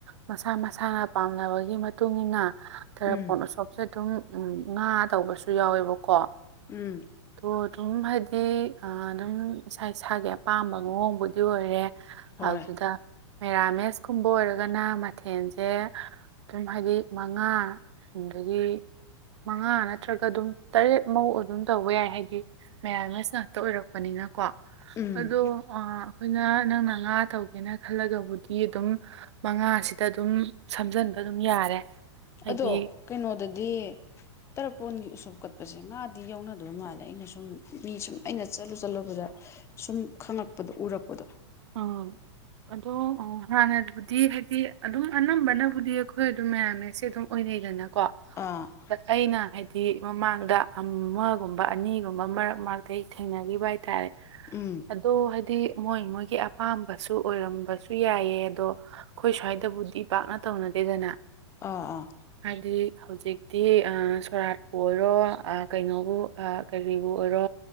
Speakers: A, on the right; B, on the left.
A: ꯃꯁꯥ ꯃꯁꯥꯅ ꯄꯥꯝꯅꯕꯒꯤ ꯃꯇꯨꯡ ꯃꯇꯨꯡꯏꯟꯅ ꯈꯔ
B: ꯎꯝ
A: ꯄꯣꯠꯅ ꯁ ꯁꯨ ꯑꯗꯨꯝ ꯉꯥ ꯇꯧꯕꯁꯨ ꯌꯥꯎꯋꯦꯕꯀꯣ
B: ꯎꯝ
A: ꯇꯣ ꯑꯗꯨꯝ ꯍꯥꯏꯗꯤ ꯑꯗꯨꯝ ꯏꯁꯥ ꯏꯁꯥꯒꯤ ꯑꯄꯥꯝꯕ ꯃꯑꯣꯡꯕꯨꯗꯤ ꯑꯣꯏꯔꯦ
B: ꯍꯣꯏ
A: ꯑꯗꯨꯗ ꯃꯦꯔꯥꯃꯦꯁꯀꯨꯝꯕ ꯑꯣꯏꯔꯒꯅ ꯃꯊꯦꯟꯁꯦ ꯁꯨꯝ ꯍꯥꯏꯗꯤ ꯃꯉꯥ ꯑꯗꯒꯤ ꯃꯉꯥ ꯅꯠꯇ꯭ꯔꯒ ꯑꯗꯨꯝ ꯇꯔꯦꯠ ꯃꯧ ꯑꯗꯨꯝ ꯇꯧꯕ ꯌꯥꯏ ꯍꯥꯏꯗꯤ ꯃꯌꯥꯝꯅꯁ ꯉꯥꯛꯇ ꯑꯣꯏꯔꯛꯄꯅꯤꯅꯀꯣ
B: ꯎꯝ
A: ꯑꯗꯣ ꯑ ꯑꯩꯈꯣꯏꯅ ꯅꯪꯅ ꯉꯥ ꯇꯧꯒꯦꯅ ꯈꯜꯂꯒꯕꯨꯗꯤ ꯑꯗꯨꯝ ꯃꯉꯥꯁꯤꯗ ꯑꯗꯨꯝ ꯁꯝꯖꯟꯕ ꯑꯗꯨꯝ ꯌꯥꯔꯦ ꯍꯥꯏꯗꯤ
B: ꯑꯗꯣ ꯀꯩꯅꯣꯗꯗꯤ ꯇꯔꯄꯣꯟꯒꯤ ꯎꯁꯣꯞ ꯀꯠꯄꯁꯦ ꯉꯥꯗꯤ ꯌꯧꯅꯗꯕ ꯃꯥꯜꯂꯦ ꯑꯩꯅ ꯁꯨꯝ ꯃꯤ ꯁꯨꯝ ꯑꯩꯅ ꯆꯠꯂꯨ ꯆꯠꯂꯨꯕꯗ ꯁꯨꯝ ꯈꯪꯉꯛꯄꯗꯣ ꯎꯔꯛꯄꯗꯣ
A: ꯑꯝ ꯑꯗꯣ ꯍꯥꯟꯅꯕꯨꯗꯤ ꯍꯥꯏꯗꯤ ꯑꯗꯨꯝ ꯑꯅꯝꯕꯅꯕꯨꯗꯤ ꯑꯩꯈꯣꯏ ꯑꯗꯨꯝ ꯃꯌꯥꯝꯃꯦꯁꯦ ꯑꯗꯨꯝ ꯑꯣꯏꯅꯩꯗꯅꯀꯣ
B: ꯑꯥ
A: ꯑꯩꯅ ꯍꯥꯏꯗꯤ ꯃꯃꯥꯡꯗ ꯑꯃꯒꯨꯝꯕ ꯑꯅꯤꯒꯨꯝꯕ ꯃꯔꯛ ꯃꯔꯛꯇ ꯑꯩ ꯊꯦꯡꯅꯈꯤꯕ ꯍꯥꯏꯇꯥꯔꯦ
B: ꯎꯝ
A: ꯑꯗꯣ ꯍꯥꯏꯗꯤ ꯃꯣꯏ ꯃꯣꯏꯒꯤ ꯑꯄꯥꯝꯕꯁꯨ ꯑꯣꯏꯔꯝꯕꯁꯨ ꯌꯥꯏꯑ ꯑꯗꯣ ꯑꯩꯈꯣꯏ ꯁ꯭ꯋꯥꯏꯗꯕꯨꯗꯤ ꯄꯥꯛꯅ ꯇꯧꯅꯗꯦꯗꯅ
B: ꯑꯥ ꯑꯥ
A: ꯍꯥꯏꯗꯤ ꯍꯧꯖꯤꯛꯇꯤ ꯁꯣꯔꯥꯠꯄꯨ ꯑꯣꯏꯔꯣ ꯀꯩꯅꯣꯕꯨ ꯀꯔꯤꯕꯨ ꯑꯣꯏꯔꯣ